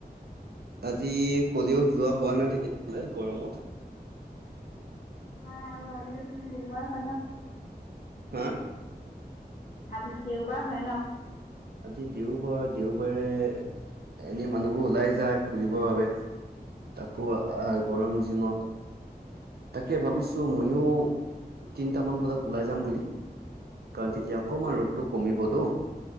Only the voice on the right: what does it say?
আজি ক'লেও যোৱা হোৱা নাই তেতিয়াহ'লে গৰমত।
হা
আজি দেওবাৰ দেওবাৰে এনে মানুহবোৰ ওলাই যায় ফুৰিবৰ বাবে। তাকো গৰম দিনত। তাকে ভাবিছোঁ ময়ো তিনিটামান বজাত ওলাই যাম বুলি। কাৰণ তেতিয়া অকণমান ৰ'দটো কমিবতো